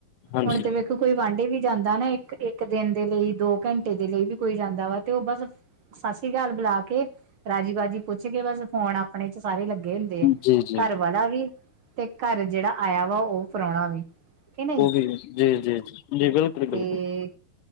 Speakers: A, on the left; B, on the right.
A: ਹਾਂਜੀ
B: ਹੁਣ ਤੇ ਕੋਈ ਵਾਂਢੇ ਵੀ ਜਾਂਦਾ ਨਾ ਇੱਕ, ਇੱਕ ਦਿਨ ਦੇ ਲਈ, ਦੋ ਘੰਟੇ ਦੇ ਲਈ ਵੀ ਕੋਈ ਜਾਂਦਾ ਵਾ। ਤੇ ਉਹ ਬਸ ਸਤਿ ਸ੍ਰੀ ਅਕਾਲ ਬੁਲਾ ਕੇ ਰਾਜੀ- ਬਾਜੀ ਪੁੱਛ ਕੇ, ਬਸ ਫੋਨ ਆਪ ਆਪਣੇ ਚ' ਸਾਰੇ ਲੱਗੇ ਹੁੰਦੇ ਆ।
A: ਜੀ ਜੀ
B: ਘਰ ਵਾਲਾ ਵੀ, ਤੇ ਘਰ ਜਿਹੜਾ ਆਇਆ ਵਾ। ਉਹ ਪੁਰਾਣਾ ਵੀ। ਕਿ ਨਹੀਂ
A: ਉਹ ਵੀ ਜੀ- ਜੀ- ਜ -ਜੀ ਬਿਲਕੁਲ- ਬਿਲਕੁਲ।
B: ਤੇ